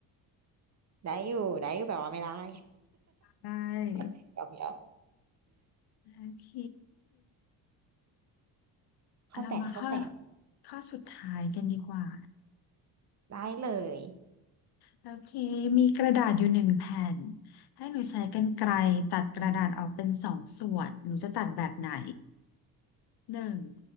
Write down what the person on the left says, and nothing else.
ได้
โอเค
เรามาข้อข้อสุดท้ายกันดีกว่า
โอเคมีกระดาษอยู่หนึ่งแผ่นให้หนูใช้กรรไกรตัดกระดาษออกเป็นสองส่วนหนูจะตัดแบบไหน หนึ่ง